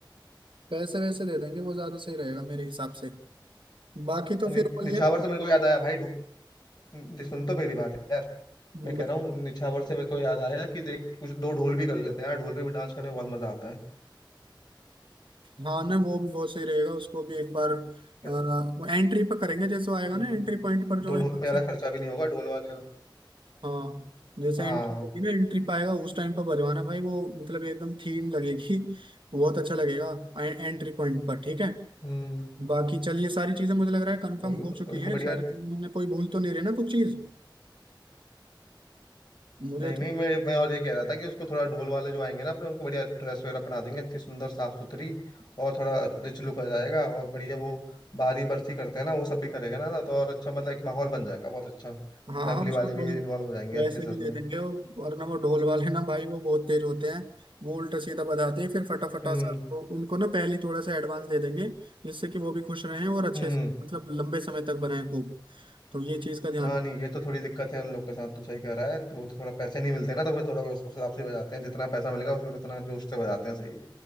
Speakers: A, on the right (about 85°); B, on the left (about 55°).
A: पैसे वैसे दे देंगे वो ज्यादा सही रहेगा मेरे हिसाब से बाकी तो
B: और नि,
A: फिर वही
B: निछावर
A: है
B: से मेरे को याद आया भाई ढू- देख सुन तो मेरी बात
A: हम्म,
B: मैं कह रहा हूँ निछावर से मेरे को याद आया कि देख कुछ दो ढोल भी कर लेते हैं यार ढोल पे भी डांस करने में बहुत मजा आता है
A: हाँ ना वो भी बहुत सही रहेगा उसको भी एक बार अ,
B: कहता हूँ
A: वो एंट्री पर करेंगे जैसे वो आएगा
B: हम्म,
A: ना एंट्री पॉइंट पर जो
B: दो ढोल
A: एकदम
B: में ज्यादा
A: से
B: खर्चा भी नहीं होगा ढोल वाले
A: हाँ जैसे
B: हाँ
A: एंट्री होगी ना एंट्री पाएगा उस टाइम पर बजवाना भाई वो मतलब एकदम थीम लगेगी बहुत अच्छा लगेगा एंट्री पॉइंट पर ठीक है
B: हम्म
A: बाकी चलिए सारी चीजें मुझे लग रहा है कंफर्म
B: भाई
A: हो चुकी
B: उनको
A: हैं
B: बढ़िया
A: सारी चीजें हमने कोई भूल तो नहीं रही ना कुछ चीज मुझे
B: नहीं नहीं
A: तो
B: मैं मैं और ये कह रहा था कि उसको थोड़ा ढोल वाले जो आएंगे ना अपने उनको बढ़िया ड्रेस वगैरह पहना देंगे अच्छी सुंदर साफ सुथरी और थोड़ा रिच लुक आ जाएगा और बढ़िया वो बारी बरसी करते हैं ना वो सब भी करेगा ना तो और अच्छा मतलब एक माहौल बन जाएगा बहुत अच्छा
A: हाँ
B: फैमिली
A: उसको
B: वाले
A: थोड़ी
B: भी इन्वॉल्व हो जाएंगे
A: पैसे
B: अच्छे से
A: भी
B: उसमें
A: दे देंगे और वरना वो ढोल वाले ना भाई वो बहुत तेज होते हैं वो उल्टा सीधा बताते हैं फिर फटाफटा
B: हम्म
A: सा तो उनको ना पहले ही थोड़ा सा एडवांस दे देंगे जिससे कि वो भी खुश रहें और अच्छे
B: हम्म
A: से मतलब लंबे समय तक बनाए खूब तो ये चीज का ध्यान
B: हाँ नहीं ये तो थोड़ी दिक्कत है उन लोग के साथ तू सही कह रहा है तो थोड़ा पैसे नहीं मिलते ना तो वो थोड़ा उस उस हिसाब से बजाते हैं जितना पैसा मिलेगा फिर उतना जोश से बजाते हैं सही वो